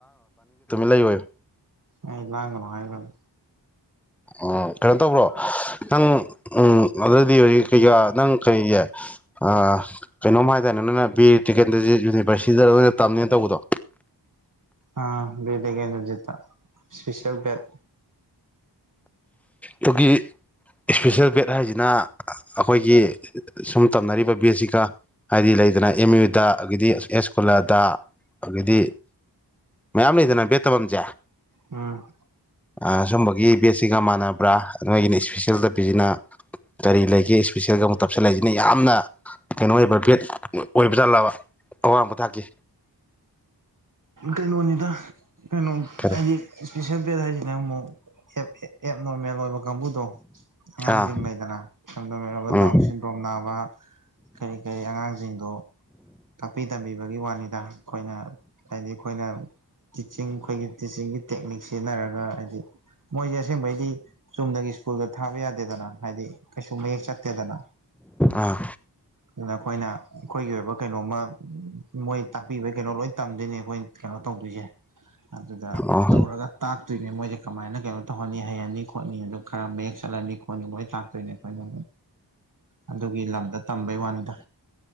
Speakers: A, on the right; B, in the centre.
A: ꯎꯝ
B: ꯂꯥꯡ
A: ꯑꯩ ꯂꯥꯡꯒ ꯅꯨ ꯍꯥꯏꯗꯔꯣ
B: ꯎꯝ ꯀꯩꯅꯣ ꯇꯧꯕ꯭ꯔꯣ ꯅꯪ ꯎꯝ ꯑꯗꯨꯗꯤ ꯍꯧꯖꯤꯛ ꯀꯩꯀꯥ ꯅꯪ ꯀꯩꯌꯦ ꯑꯥ ꯀꯩꯅꯣꯝ ꯍꯥꯏꯗꯥꯏꯅꯦ ꯅꯪꯅ ꯕꯤꯔ ꯇꯤꯀꯦꯟꯗꯔ꯭ꯖꯤꯠ ꯌꯨꯅꯤꯚꯔꯁꯤꯇꯤꯗꯔꯣ ꯈꯣꯏꯅ ꯇꯝꯅꯤꯅ ꯇꯧꯕꯗꯣ
A: ꯑꯥ ꯕꯤꯔ ꯇꯤꯀꯦꯟꯗꯔ꯭ꯖꯤꯠꯇꯥ ꯁꯄ꯭ꯤꯁꯦꯜ ꯕꯦꯗ
B: ꯗꯨꯒꯤ ꯏꯁꯄꯤꯁꯦꯜ ꯕꯦꯗ ꯍꯥꯏꯁꯤꯅ ꯑꯩꯈꯣꯏꯒꯤ ꯁꯨꯝ ꯇꯝꯅꯔꯤꯕ ꯕꯦꯗꯁꯤꯒ ꯍꯥꯏꯗꯤ ꯂꯩꯗꯅ ꯑꯦꯝ ꯌꯨꯗ ꯑꯗꯒꯤꯗꯤ ꯑꯦꯁꯀꯨꯂꯥꯗ ꯑꯗꯒꯤꯗꯤ ꯃꯌꯥꯝ ꯂꯩꯗꯅ ꯕꯦꯗ ꯇꯝꯐꯝꯁꯦ
A: ꯎꯝ
B: ꯑ ꯁꯨꯝꯕꯒꯤ ꯕꯦꯗ ꯁꯤꯒ ꯃꯥꯅ ꯕ꯭ꯔꯥ ꯅꯣꯏꯒꯤꯅ ꯏꯁꯄꯤꯁꯦꯜ ꯇꯞꯄꯤꯁꯤꯅ ꯀꯔꯤ ꯂꯩꯒꯦ ꯏꯁꯄꯤꯁꯦꯜꯒ ꯑꯃꯨꯛ ꯇꯞꯁꯤꯜꯂꯛ ꯏꯁꯤꯅ ꯌꯥꯝꯅ ꯀꯩꯅꯣ ꯑꯣꯏꯕ ꯕꯦꯗ ꯑꯣꯏꯕ ꯖꯥꯠꯂꯕ ꯑꯋꯥꯡꯕ ꯊꯥꯛꯀꯤ
A: ꯀꯩꯅꯣꯅꯤꯗ ꯀꯩꯅꯣ
B: ꯀꯔꯤ
A: ꯑꯩꯗꯤ ꯏꯁꯄꯤꯁꯦꯜ ꯕꯦꯠ ꯍꯥꯏꯁꯤꯅ ꯑꯃꯨꯛ ꯑꯦꯞ ꯑꯦ ꯑꯦꯞ ꯅꯣꯔꯃꯦꯜ ꯑꯣꯏꯕ ꯀꯥꯡꯕꯨꯗꯣ ꯑꯉꯥꯡꯁꯤꯡ
B: ꯑꯥ
A: ꯂꯩꯗꯅ ꯁꯝꯗꯝ ꯑꯣꯏꯔꯕ
B: ꯎꯝ
A: ꯗꯥꯎꯟ ꯁꯤꯟꯗ꯭ꯔꯣꯝ ꯅꯥꯕ ꯀꯔꯤ ꯀꯔꯤ ꯑꯉꯥꯡꯁꯤꯡꯗꯣ ꯇꯥꯛꯄꯤ ꯇꯝꯕꯤꯕꯒꯤ ꯋꯥꯅꯤꯗ ꯑꯩꯈꯣꯏꯅ ꯍꯥꯏꯗꯤ ꯑꯩꯈꯣꯏꯅ ꯇꯤꯆꯤꯡ ꯑꯩꯈꯣꯏꯒꯤ ꯇꯤꯆꯤꯡꯒꯤ ꯇꯦꯛꯅꯤꯛ ꯁꯤꯖꯤꯟꯅꯔꯒ ꯍꯥꯏꯗꯤ ꯃꯣꯏꯁꯦ ꯑꯁꯦꯡꯕꯩꯗꯤ ꯆꯨꯝꯅꯒꯤ ꯁ꯭ꯀꯨꯜꯗ ꯊꯥꯕ ꯌꯥꯗꯦꯗꯅ ꯍꯥꯏꯗꯤ ꯀꯩꯁꯨ ꯃꯌꯦꯛ ꯆꯠ ꯇꯦꯗꯅ
B: ꯑꯥ
A: ꯑꯗꯨꯅ ꯑꯩꯈꯣꯏꯅ ꯑꯩꯈꯣꯏꯒꯤ ꯑꯣꯏꯕ ꯀꯩꯅꯣꯝꯃ ꯃꯣꯏ ꯇꯥꯛꯄꯤꯕ ꯀꯩꯅꯣ ꯂꯣꯏ ꯇꯝꯗꯣꯏꯅꯦ ꯑꯩꯈꯣꯏ ꯀꯩꯅꯣ ꯇꯧꯗꯣꯏꯁꯦ ꯑꯗꯨꯗ
B: ꯑꯣ
A: ꯇꯧꯔꯒ ꯇꯥꯛꯇꯣꯏꯅꯦ ꯃꯣꯏꯁꯦ ꯀꯃꯥꯏꯅ ꯀꯩꯅꯣ ꯇꯧꯍꯟꯅꯤ ꯍꯩꯍꯟꯅꯤ ꯈꯣꯠꯅꯤꯗꯣ ꯈꯔ ꯃꯌꯦꯛ ꯆꯠꯂꯝꯅꯤ ꯈꯣꯠꯅꯤ ꯂꯣꯏ ꯇꯥꯛ ꯇꯥꯔꯦ ꯑꯗꯨꯣꯏꯅꯦ ꯑꯩꯈꯣꯏꯅ ꯑꯗꯨꯒꯤ ꯂꯝꯗ ꯇꯝꯕꯩ ꯋꯥꯅꯤꯗ